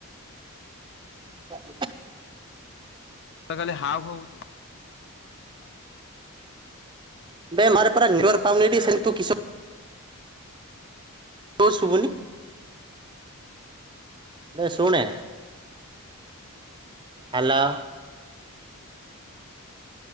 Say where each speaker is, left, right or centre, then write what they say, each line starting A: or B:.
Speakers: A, on the right; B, on the left.
A: <inaudible>
B: ଖାଲି ହାଉ ହାଉ ହଉଚୁ
A: ବେମୋର ପରା ନେଟୱାର୍କ ପାଉନି ସେଣେ ତୁକିସ ତୋର ଶୁଭୁନି ବେ ଶୁଣେ ହାଲୋ।